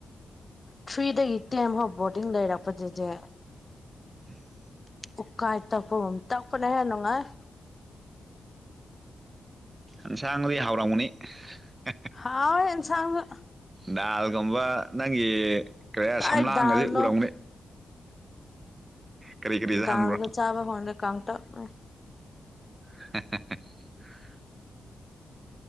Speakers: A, on the left (about 30°); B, on the right (about 30°).
A: ꯊ꯭ꯔꯤꯗꯒꯤ ꯇꯦꯟ ꯐꯥꯎ ꯕꯣꯔꯗꯤꯡ ꯂꯩꯔꯛꯄꯗꯨꯗꯤ
B: <inaudible>
A: ꯎꯀꯥꯢ ꯇꯛꯄꯒꯨꯝ ꯇꯛꯄꯅꯦꯍꯦ ꯅꯨꯡꯉꯥꯢ
B: ꯏꯟꯁꯥꯡꯗꯤ ꯍꯥꯎꯔꯝꯒꯅꯤ <unintelligible>
A: ꯍꯥꯎꯋꯦ ꯑꯦꯟꯁꯥꯡꯂ
B: ꯗꯥꯜꯒꯨꯝꯕ ꯅꯪꯒꯤ ꯀꯔꯤꯔꯥ
A: ꯀꯥꯏ
B: ꯁꯝꯂꯥꯡꯒꯖꯦ
A: ꯗꯥꯜꯅꯣ
B: ꯎꯔꯝꯒꯅꯤ ꯀꯔꯤ ꯀꯔꯤ ꯆꯥꯍꯟꯕ꯭ꯔꯣ
A: ꯗꯥꯜꯒ ꯆꯥꯕ ꯃꯥꯜꯂꯦ ꯀꯥꯡꯇꯛꯅꯦ
B: <unintelligible>